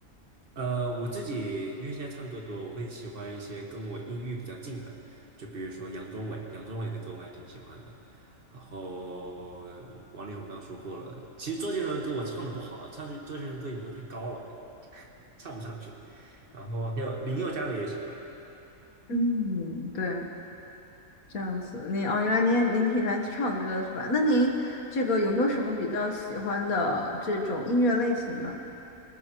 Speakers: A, on the right (about 40°); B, on the left (about 80°).
A: 呃，我自己因为现在唱歌多，我会喜欢一些跟我音域比较近的，就比如说杨宗纬，杨宗纬的歌我还挺喜欢的。然后王力宏刚刚说过了，其实周杰伦歌我唱的不好啊，唱周杰伦歌有时候太高了，<laughs> 唱不上去。然后还有林宥嘉的也喜欢，
B: 嗯，对，这样子，您哦，原来您也您挺喜欢唱歌是吧？那您这个有没有什么比较喜欢的这种音乐类型呢？